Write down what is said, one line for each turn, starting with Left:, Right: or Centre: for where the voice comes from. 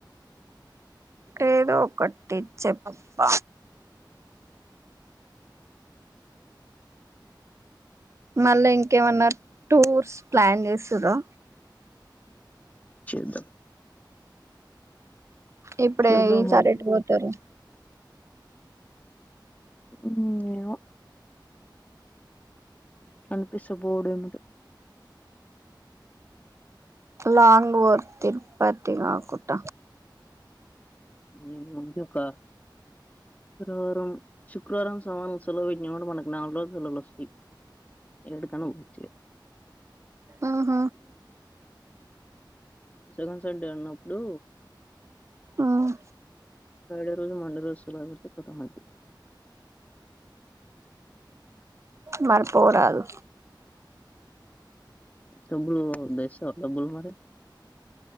Right: ఏదో ఒకటి చెప్పబ్బా మళ్ళా ఇంకేమన్నా టూర్స్ ప్లాన్ చేస్తుర్రా
Left: చేద్దాం
Right: ఇప్పుడే
Left: చేద్దాం
Right: ఈ
Left: మరి
Right: సారెటు పోతరు
Left: ఉ మో అనిపిస్తు బోడు ఎందు
Right: లాంగ్ ఓ తిరుపతి కాకుండ
Left: న మజు కా శుక్రవారం శుక్రవారం సోమరం సెలవు పెట్టిన మనకు నాలుగు రోజులు సెలవులు వస్తాయి ఏడుకన్న పోచ్చిగా
Right: ఆహ
Left: సెకండ్ సండే ఉన్నప్పుడు
Right: మ్మ్
Left: ఫ్రైడే రోజు మండే రోజు సెలవు పెడితే కథమంది
Right: మల్ల పోరాదు
Left: డబ్బులు బేస్సావ డబ్బులు మరి